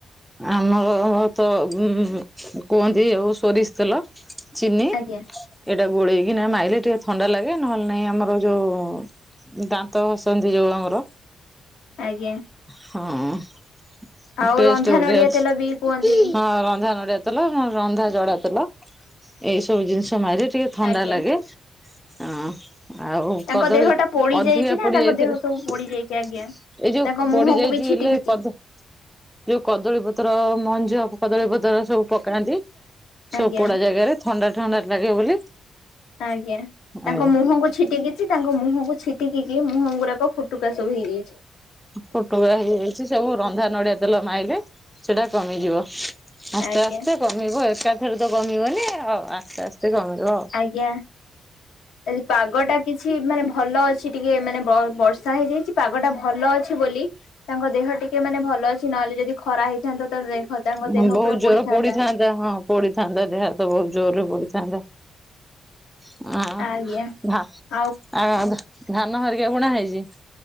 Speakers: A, in the centre; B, on the left (about 80°).
A: ଆମର ର ର ର ତ ଉଁ କୁହନ୍ତି ଆଉ ସୋରିଷ ତେଲ ଚିନି ଏଇଟା
B: ଆଜ୍ଞା
A: ଗୋଳେଇ କିନା ମାଇଲେ ଟିକେ ଥଣ୍ଡା ଲାଗେ ନହେଲେ ନାଇଁ ଆମର ଯୋଉ ଉ ଉ ଦାନ୍ତ ଘସନ୍ତି ଯୋଉ ଆମର
B: ଆଜ୍ଞା।
A: ହଁ ଅ
B: ଆଉ
A: ପେଷ୍ଟ୍
B: ରନ୍ଧା
A: ଗୋଟେ
B: ନଡିଆ
A: ଅଛି
B: ତେଲ ବି କୁହନ୍ତି
A: ହଁ ରନ୍ଧା ନଡିଆ ତେଲ ରନ୍ଧା ଜଡ଼ା ତେଲ ଏଇ ସବୁ ଜିନିଷ ମାଇରେ ଟିକେ ଥଣ୍ଡା
B: ଆଜ୍ଞା
A: ଲାଗେ। ଅଁ ଆଉ
B: ତାଙ୍କ
A: କଦଳୀ
B: ଦେହ ଟା ପୋଡି
A: ଅଧିକା
B: ଯାଇଛି ନା
A: ପୋଡ଼ି
B: ତାଙ୍କ
A: ଯାଇଥିଲେ
B: ଦେହ ସବୁ ପୋଡି
A: ଏଇ
B: ଯାଇଛି ଆଜ୍ଞା
A: ଯୋଉ
B: ତାଙ୍କ ମୁହଁକୁ
A: ପୋଡ଼ି ଯାଇଚି
B: ବି ଛିଟିକିଛି
A: ହେଲେ କଦ ଯୋଉ କଦଳୀ ପତ୍ର ମଞ୍ଜ କଦଳୀ ପତ୍ର ସବୁ ପକାନ୍ତି ସବୁ
B: ଆଜ୍ଞା
A: ପୋଡ଼ା ଜାଗାରେ ଥଣ୍ଡା ଥଣ୍ଡା ଲାଗେ ବୋଲି।
B: ଆଜ୍ଞା ତାଙ୍କ
A: ଏ
B: ମୁହଁକୁ ଛିଟିକିଚି ତାଙ୍କ ମୁହଁକୁ ଛିଟିକିକି ମୁହଁ ଗୁରାକ ଫୁଟୁକା ସବୁ ହେଇଯାଇଚି।
A: ଫୋଟକା ହେଇଯାଇଚି ସବୁ ରନ୍ଧା ନଡିଆ ତେଲ ମାଇଲେ ସେଟା କମିଯିବ ଆସ୍ତେ
B: ଆଜ୍ଞା
A: ଆସ୍ତେ କମିବ ଏକାଥରେ ତ କମିବନି ଆଉ ଆସ୍ତେ ଆସ୍ତେ କମିବ।
B: ଆଜ୍ଞା। ଆଜି ପାଗ ଟା କିଛି ମାନେ ଭଲ ଅଛି ଟିକେ ମାନେ ବ ବର୍ଷା ହେଇଯାଇଚି। ପାଗ ଟା ଭଲ ଅଛି ବୋଲି ତାଙ୍କ ଦେହ ଟିକେ ମାନେ ଭଲ ଅଛି ନହେଲେ ଯଦି ଖରା ହେଇ ଥାନ୍ତା ତା ଦେହ ତାଙ୍କ
A: ବହୁତ
B: ଦେହ ପୁରା
A: ଜୋର
B: ପୋଡ଼ିଥାନ୍ତା।
A: ପୋଡିଥାନ୍ତା ହଁ ପୋଡ଼ିଥାନ୍ତା ଦେହ ହାତ ବହୁତ ଜୋରରେ ପୋଡ଼ିଥାନ୍ତା। <unintelligible>
B: ଆଜ୍ଞା ଆଉ
A: ଧାନ ହରିକା ବୁଣା ହେଇଚି?